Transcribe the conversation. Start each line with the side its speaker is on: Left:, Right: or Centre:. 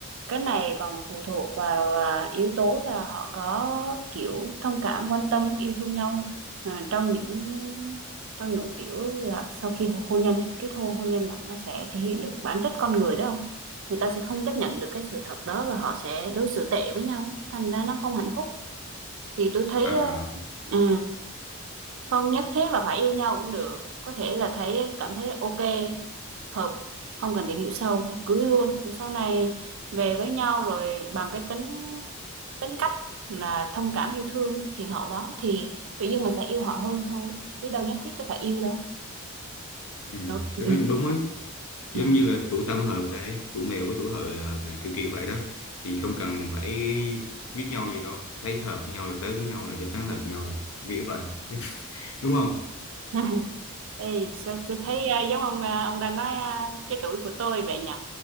Right: cái này còn phụ thuộc vào à, yếu tố là họ có kiểu thông cảm quan tâm yêu thương nhau à, trong những trong những kiểu là sau khi hô- hôn nhân ấy, kết hôn hôn nhân mà nó sẽ thể hiện được bản chất con người đó không người ta sẽ không chấp nhận được cái sự thật đó và họ sẽ đối xử tệ với nhau thành ra nó không hạnh phúc thì tôi thấy
Left: à
Right: ờ, ừ không nhất thiết là phải yêu nhau cũng được có thể là thấy cảm thấy ok hợp không cần tìm hiểu sâu cưới luôn Rồi sau này về với nhau rồi bằng cái tính tính cách là thông cảm yêu thương hiền hậu đó thì tự nhiên mình sẽ yêu họ hơn thôi chứ đâu nhất thiết cứ phải yêu đâu
Left: ừ,
Right: Đúng.
Left: tôi
Right: ừ
Left: thấy cũng đúng ấy giống
Right: ừ
Left: như là tuổi tam hợp này tuổi mèo với tuổi hợi là hợp này kiểu kiểu vậy đó thì không cần phải biết nhau gì đâu thấy hợp với nhau là tới với nhau là chắc chắn hợp với nhau rồi kiểu vậy <laughs> đúng không
Right: <laughs> Ê, sao tôi thấy à, giống ông à, ông đang nói à, cái tuổi của tôi vậy nhỉ?